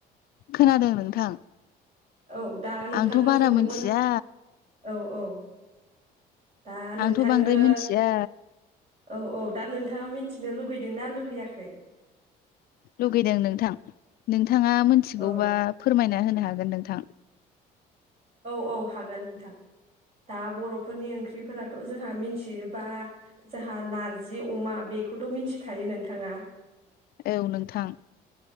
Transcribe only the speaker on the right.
औ दा नोंथांनाव
सोंदोंमोन
औ औ दा नोंथांनो
औ औ दा नोंथाङा मिथिनो लुगैदोंना लुगैयाखै
औ
औ औ हागोन नोंथां दा बरफोरनि ओंख्रिफोराथ जोंहा मिथियोबा जोंहा नारजि अमा बेखौथ मिथिखायो नोंथाङा